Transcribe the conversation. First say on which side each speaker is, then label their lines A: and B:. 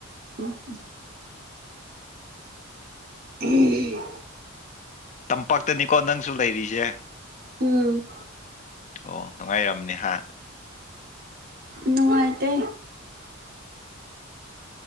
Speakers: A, on the right (about 45°); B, on the left (about 35°).
A: ꯎꯝ <unintelligible> ꯎꯝ <unintelligible>
B: ꯇꯝꯄꯥꯛꯇꯅꯤꯀꯣ ꯅꯪꯁꯨ ꯂꯩꯔꯤꯁꯦ
A: ꯎꯝ
B: ꯑꯣ ꯅꯨꯡꯉꯥꯏꯔꯝꯅꯦ ꯍꯥ
A: ꯅꯨꯡꯉꯥꯏꯇꯦ